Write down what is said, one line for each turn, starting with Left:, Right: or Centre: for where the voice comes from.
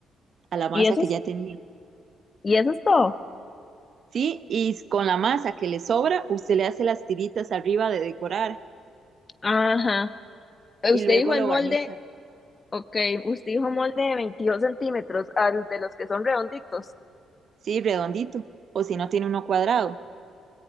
Right: a la masa
Left: ¿Y eso
Right: que
Left: es,
Right: ya tenía.
Left: y eso es todo?
Right: Sí, y s- con la masa que le sobra, usted le hace las tiritas arriba de decorar
Left: Ajá. Eh,
Right: y
Left: Usted
Right: luego
Left: dijo
Right: lo
Left: en molde,
Right: barniza.
Left: ok, usted dijo molde de 22 centímetros, al de los que son redonditos.
Right: Sí, redondito. O si no tiene uno cuadrado.